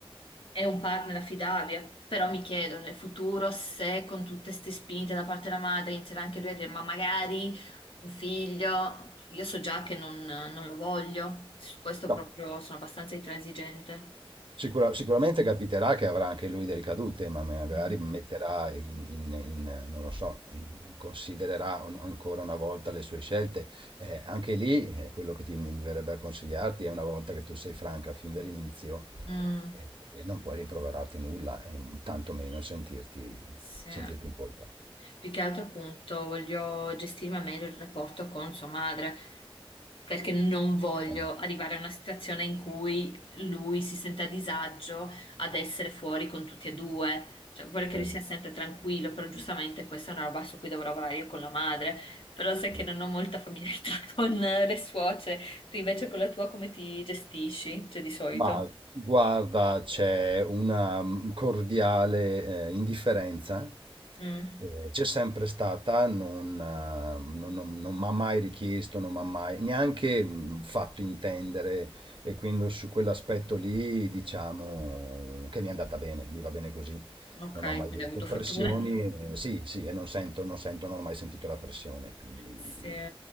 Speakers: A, on the left; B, on the right.
A: è un partner affidabile, però mi chiedo nel futuro se con tutte queste spinte da parte della madre inizierà anche lui a dire ma magari un figlio, io so già che non, non lo voglio, su questo
B: No.
A: proprio sono abbastanza intransigente.
B: Sicura- sicuramente capiterà che avrà anche lui delle ricadute, ma magari
A: Mm.
B: metterà in, in- in, non lo so, in- considererà un- ancora una volta le sue scelte. Eh, anche lì, eh, quello che ti, mi verrebbe a consigliarti è una volta che tu sei franca fin dall'inizio,
A: Mm.
B: eh, e non puoi rimproverarti nulla, e tanto meno sentirti,
A: Sì.
B: sentirti in colpa.
A: Più che altro appunto voglio gestirmi al meglio il rapporto con sua madre, perché non voglio
B: Eh,
A: arrivare a una situazione in cui lui si sente a disagio ad essere fuori con tutti e due. Cioè, vorrei
B: cioè,
A: che lui sia sempre tranquillo, però giustamente questa è una roba su cui devo lavorare io con la madre. Però sai che
B: sì.
A: non ho molta familiarità <laughs> con le suocere. Tu invece con la tua come ti gestisci? Cioè, di solito?
B: Ma guarda, c'è una mm, cordiale eh, indifferenza,
A: Mm,
B: eh, c'è sempre stata, non, eh, non, non- non mi ha mai richiesto, non mi ha mai neanche mm, fatto intendere e quindi su quell'aspetto lì diciamo che mi è andata bene, mi va bene così,
A: ok,
B: non ho mai
A: quindi
B: avuto
A: hai avuto fortuna.
B: pressioni, eh, sì, sì, e non sento, non sento, non ho mai sentito la pressione, quindi,
A: Sì.